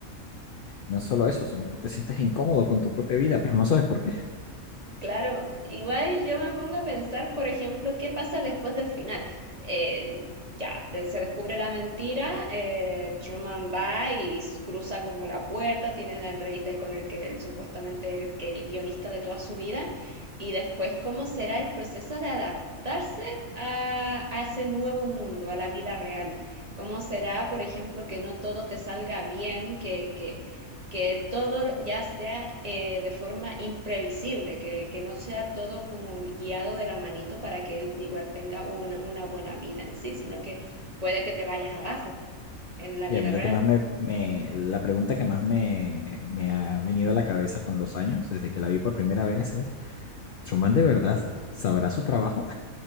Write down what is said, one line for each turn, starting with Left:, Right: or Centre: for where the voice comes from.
Left: no es solo eso, sino que te sientes incómodo con tu propia vida, pero no sabes por qué.
Right: Claro, igual yo me pongo a pensar, por ejemplo, qué pasa después del final. Eh, ya, de- se descubre la mentira, eh, Truman va y s- cruza como la puerta, tiene la entrevista ahí con el que él supuestamente el, que el guionista de toda su vida, y después cómo será el proceso de adaptarse a, a ese nuevo mundo, a la vida real. Cómo será, por ejemplo, que no todo te salga bien, que, que que todo ya sea eh, de forma imprevisible, que, que no sea todo como guiado de la manito para que él igual tenga un- una buena vida en sí, sino que puede que te vayas abajo en la
Left: Y
Right: vida
Left: a mí
Right: real.
Left: lo que más me, me- la pregunta que más me, me ha venido a la cabeza con los años, desde que la vi por primera vez, es, ¿Truman de verdad sabrá su trabajo